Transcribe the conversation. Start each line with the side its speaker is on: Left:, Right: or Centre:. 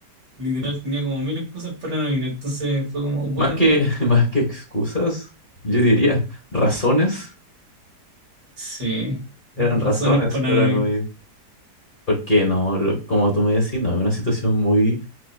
Right: Literal
Left: Mm,
Right: tenía como mil excusas para no ir. Entonces fue como, bueno,
Left: Más que, <laughs> más que excusas, yo diría razones.
Right: sí, razones
Left: Eran razones
Right: para
Left: para
Right: no
Left: no
Right: ir.
Left: ir. Porque no, lo- como tú me decís, no, es una situación muy